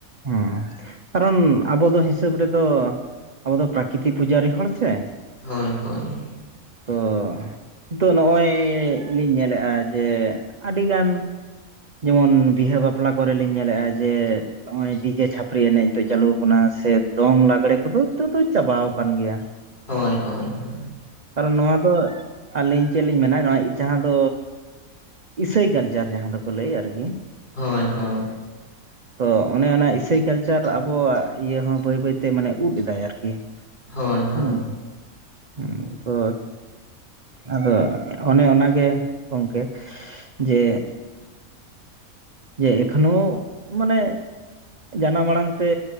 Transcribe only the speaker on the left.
ᱦᱳᱭ ᱦᱳᱭ ᱾
ᱦᱳᱭ ᱦᱳᱭ ᱦᱳᱭ ᱾
ᱦᱳᱭ ᱦᱳᱭ ᱾
ᱦᱳᱭ ᱦᱳᱭ ᱦᱳᱭ